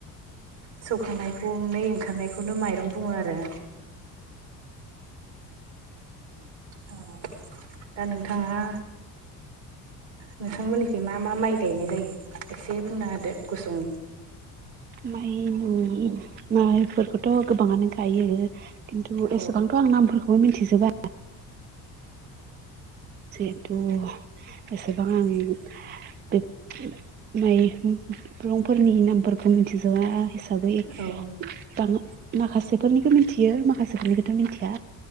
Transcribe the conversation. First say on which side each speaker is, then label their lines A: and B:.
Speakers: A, on the right; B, on the right.
A: सौखांनायखौ नै ओंखारनायखौनो माइरं बुङो आरो औ दा नोंथाङा नोंथांमोननिखै मा मा माइ गायनाय जायो एसे बुंना होदो गुसङै
B: माइ-माइफोरखौथ' गोबाङानो गायो खिन्थु
A: औ
B: एसेबांथ' आं नामफोरखौबो मिथिजोबा जिहेथु एसेबां आं बे माइरंफोरनि नामफोर मिथिजाया हिसाबै
A: औ
B: <unintelligible> माखासेफोरनिखौ मिथियो माखासेफोरनिखौथ' मिथिया